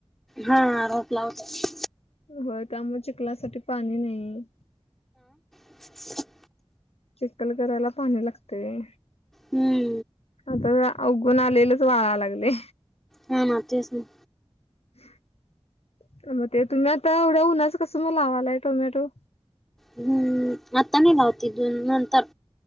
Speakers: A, in the centre; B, on the left.
A: हा रोप लावतात.
B: होय त्यामुळ चिखलासाठी पाणी नाही.
A: ह <inaudible>
B: चिखल करायला पाणी लागतेय.
A: हम्म.
B: आता आवगुण आलेलेच वाळाया लागलेय.
A: हा ना, तेच ना.
B: <inaudible> त मग ते तुम्ही आता एवढ्या उन्हाच कसं मग लावालाय टोमॅटो?
A: हम्म आता नाही लावते, दोन नंतर